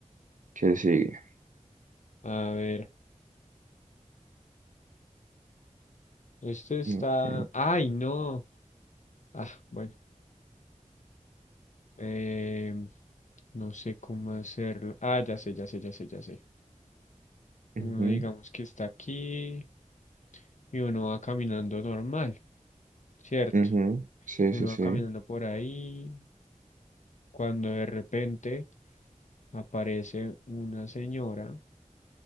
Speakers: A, on the right; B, on the left.
A: ¿Qué sigue?
B: A ver, esto está...
A: Ok.
B: Ay, no. Ah, bueno. em, No sé cómo hacerlo. Ah, ya sé, ya sé, ya sé, ya sé. Uno
A: Ujú.
B: digamos que está aquí y uno va caminando normal, ¿cierto?
A: Ujú, Sí,
B: Uno
A: sí, sí.
B: va caminando por ahí cuando de repente aparece una señora,